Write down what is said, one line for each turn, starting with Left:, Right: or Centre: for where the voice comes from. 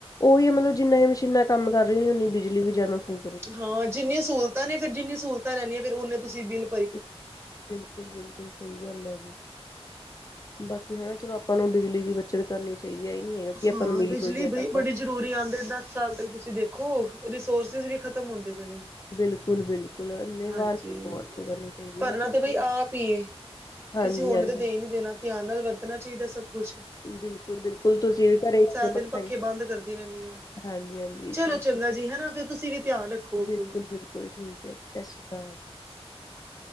Left: ਓਈ ਮਤਲਬ ਜਿੰਨਾ ਏ ਮਸ਼ੀਨਾਂ ਕੰਮ ਕਰ ਰਈ ਆ ਹੁੰਦੀ ਬਿਜਲੀ ਵੀ ਜਾਂਦਾ ਫੂ
Right: ਹਾਂ ਜਿੰਨੀਆਂ ਸੂਲਤਾਂ ਫੇਰ ਜਿੰਨੀਆਂ ਸਹੂਲਤਾਂ ਫੇਰ ਓਨੇ ਤੁਸੀਂ ਬਿਲ
Left: ਬਿਲਕੁਲ- ਬਿਲਕੁਲ ਸਹੀ ਗੱਲ ਹੈ। ਬਾਕੀ ਹਨਾ ਚਲੋ ਆਪਾਂ ਨੂੰ ਬਿਜਲੀ ਦੀ ਬੱਚਤ ਕਰਨੀ ਚਾਹੀਦੀ ਹੈ ਇਹ ਨੀ ਹੈਗਾ ਕਿ ਆਪਾਂ
Right: ਹਾਂ
Left: ਨੂੰ ਮਿਲੀ
Right: ਬਿਜਲੀ
Left: ਕੋਈ ਹੈ ਤਾਂ
Right: ਬਈ
Left: ਆਪਾਂ
Right: ਬੜੀ ਜ਼ਰੂਰੀ ਆਂਦੇ ਦਸ ਸਾਲ ਤੱਕ ਤੁਸੀਂ ਦੇਖੋ ਰਿਸੋਰਸਿਸ ਵੀ ਖਤਮ ਹੁੰਦੇ ਪਏ ਨੇ।
Left: ਬਿਲਕੁਲ-ਬਿਲਕੁਲ ਅੰਨੇ
Right: ਹਾਂਜੀ
Left: ਵ ਵਰਤੋਂ ਕਰਨੀ ਚਾਹੀਦੀ
Right: ਭਰਨਾ
Left: ਹੈ ਨਾ ਤੁਸੀਂ
Right: ਤੇ ਬਈ
Left: ਵੀ
Right: ਆਪ ਹੀ ਏ,
Left: ਹਾਂਜੀ
Right: ਕਿਸੇ ਹੋਰ
Left: ਹਾਂਜੀ
Right: ਤਾਂ ਦੇ ਹੀ ਨਹੀਂ ਦੇਣਾ ਧਿਆਨ ਨਾਲ ਵਰਤਣਾ ਚਾਹੀਦਾ ਸਭ ਕੁੱਛ
Left: ਬਿਲਕੁਲ- ਬਿਲਕੁਲ ਤੁਸੀਂ ਘਰੇ ਇੱਕ
Right: ਦਿਨ
Left: ਪੱਖਾ
Right: ਪੱਖੇ
Left: ਹੀ
Right: ਬੰਦ ਕਰਦੀ ਰਹਿੰਦੀ ਹਾਂ।
Left: ਹਾਂਜੀ- ਹਾਂਜੀ ਇੱਕ
Right: ਚਲੋ
Left: ਵ
Right: ਚੰਗਾ ਜੀ ਹਨਾ ਫੇਰ ਤੁਸੀਂ ਵੀ ਧਿਆਨ ਰੱਖੋ ਅੱਗੋਂ
Left: ਬਿਲਕੁਲ
Right: ਦੀ
Left: -ਬਿਲਕੁਲ ਠੀਕ ਹੈ ਜੀ ਸਤਿ ਸ਼੍ਰੀ ਅਕਾਲ। ਹਾਂ
Right: <inaudible>